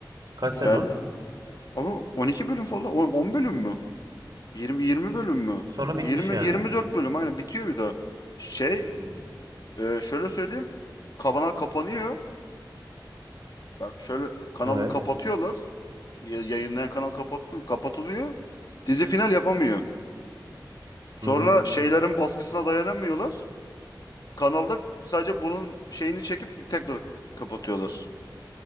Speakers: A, on the right; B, on the left.
A: Kaç sezon?
B: Yani ama 12 bölüm falan. On- 10 bölüm mü? 20 20 bölüm mü?
A: Sonra bitmiş
B: 20
A: yani.
B: 24 bölüm aynen bitiyor bir daha. Şey
A: Hmm,
B: e, şöyle söyleyeyim. Kanal kapanıyor. Bak şöyle kanalı
A: Evet.
B: kapatıyorlar. Ya- Yayınlayan kanal kapat- kapatılıyor. Dizi final yapamıyor. Sonra
A: Hı hı.
B: şeylerin baskısına dayanamıyorlar. Kanalda sadece bunun şeyini çekip tekrar kapatıyorlar.